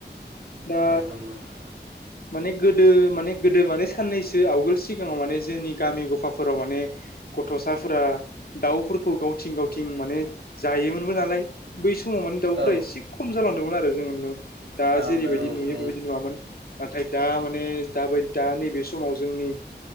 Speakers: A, on the left; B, on the right.
A: दा
B: नंगौ
A: माने गोदो माने गोदो माने साननैसो आवगोल सिगाङाव माने जोंनि गामि गफाफोराव माने गथ'साफोरा दाउफोरखौ गावथिं गावथिं माने जायोमोनबो नालाय बै समाव माने दाउफोरा
B: औ
A: एसे खम जालांबाय आरो जों दा
B: जालांदों
A: जेरैबायदि नुयो
B: औ
A: बेबायदि नुवामोन नाथाय दा माने दाबाय दा नैबे समाव जोंनि